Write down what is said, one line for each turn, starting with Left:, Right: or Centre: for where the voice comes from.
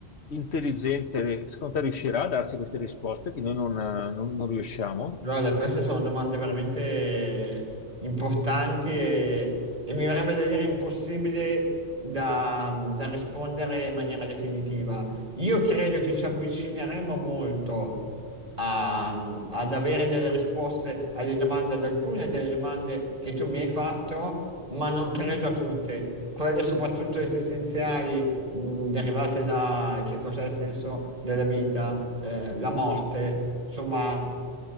Left: intelligente, secondo te riuscirà a darci queste risposte che noi non, eh, non- non riusciamo?
Right: Guarda, queste sono domande veramente importanti e, e mi verrebbe da dire impossibile da, da rispondere in maniera definitiva. Io credo che ci avvicineremo molto a- ad avere delle risposte alle domande, ad alcune delle domande che tu mi hai fatto, ma non credo a tutte. Quelle soprattutto esistenziali, mh, derivate da che cos'è il senso della vita, eh, la morte, insomma.